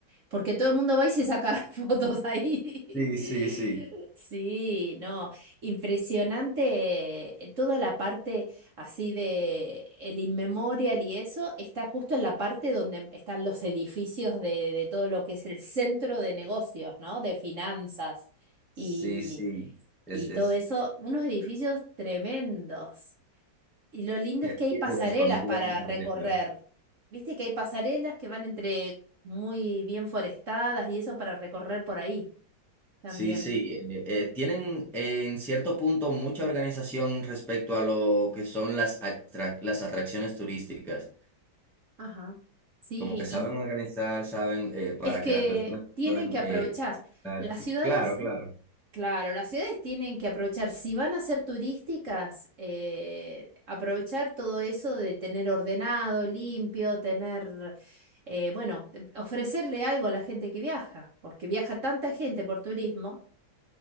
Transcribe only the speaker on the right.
porque todo el mundo va y se saca <laughs> fotos ahí.
Sí, no, impresionante. eh, Toda la parte así de el inmemorial y eso está justo en la parte donde están los edificios de, de todo lo que es el centro de negocios, ¿no? De finanzas
y,
y
todo eso, unos edificios tremendos. Y lo lindo
es que
hay pasarelas
para
recorrer.
Viste que hay pasarelas que van entre muy bien forestadas y eso para recorrer por ahí también.
Ajá. Sí,
y
es que
tienen
que aprovechar.
Las ciudades
Claro, las ciudades tienen que aprovechar, si van a ser turísticas, eh, aprovechar todo eso de tener ordenado, limpio, tener, eh, bueno, de- ofrecerle algo a la gente que viaja, porque viaja tanta gente por turismo